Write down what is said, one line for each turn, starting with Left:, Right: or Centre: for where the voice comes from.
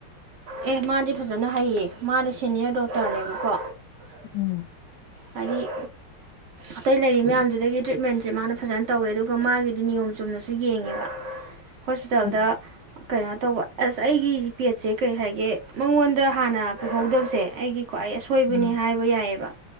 Right: ꯑꯦ ꯃꯥꯗꯤ ꯐꯖꯅ ꯍꯩꯌꯦ ꯃꯥꯗꯤ ꯁꯦꯅꯤꯌꯔ ꯗꯣꯛꯇꯔꯅꯦꯕꯀꯣ
Left: ꯎꯝ
Right: ꯍꯥꯏꯗꯤ ꯑꯇꯩ ꯂꯩꯔꯤ ꯃꯌꯥꯝꯗꯨꯗꯒꯤ ꯇ꯭ꯔꯤꯠꯃꯦꯟꯁꯦ ꯃꯥꯅ ꯐꯖꯅ ꯇꯧꯋꯦ ꯑꯗꯨꯒ ꯃꯥꯒꯤꯗꯤ ꯅꯤꯌꯣꯝ ꯆꯨꯝꯅꯁꯨ ꯌꯦꯡꯉꯦꯕ ꯍꯣꯁꯄꯤꯇꯥꯜꯗ
Left: ꯎꯝ
Right: ꯀꯩꯅꯣ ꯇꯧꯕ ꯑꯁ ꯑꯩꯒꯤ ꯄꯦꯠꯁꯦ ꯀꯩ ꯍꯥꯏꯒꯦ ꯃꯉꯣꯟꯗ ꯍꯥꯟꯅ ꯄꯨꯍꯧꯗꯕꯁꯦ ꯑꯩꯒꯤ ꯈ꯭ꯋꯥꯏ ꯑꯁꯣꯏꯕꯅꯤ
Left: ꯎꯝ
Right: ꯍꯥꯏꯕ ꯌꯥꯏꯑꯕ